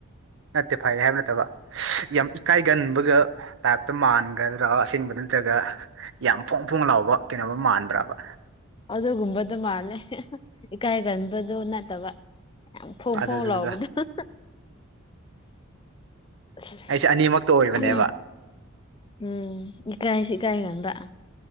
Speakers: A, on the right (about 60°); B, on the left (about 20°).
A: ꯅꯠꯇꯦ ꯐꯩ ꯍꯥꯏꯕ ꯅꯠꯇꯕ ꯌꯥꯝ ꯏꯀꯥꯏꯒꯟꯕꯒ ꯇꯥꯏꯞꯇ ꯃꯥꯟꯒꯗ꯭ꯔꯥ ꯑꯁꯦꯡꯕꯗ ꯅꯠꯇ꯭ꯔꯒ ꯌꯥꯝ ꯐꯣꯡ ꯐꯣꯡ ꯂꯥꯎꯕ ꯀꯩꯅꯣꯒ ꯃꯥꯟꯕ꯭ꯔꯕꯥ
B: ꯑꯗꯨꯒꯨꯝꯕꯗꯣ ꯃꯥꯜꯂꯦ ꯍꯦ ꯍꯦ ꯏꯀꯥꯏ ꯒꯟꯕꯗꯣ ꯅꯠꯇꯕ ꯌꯥꯝ ꯐꯣꯡ
A: ꯑꯗꯨꯗꯨꯗ
B: ꯐꯣꯡ ꯂꯥꯎꯕꯗꯣ ꯍꯥ ꯍꯥ
A: ꯑꯩꯁꯦ ꯑꯅꯤꯃꯛꯇ ꯑꯣꯏꯕꯅꯦꯕ
B: ꯍꯦ ꯎꯝ ꯎꯝ ꯏꯀꯥꯏꯁꯨ ꯏꯀꯥꯏꯒꯟꯕ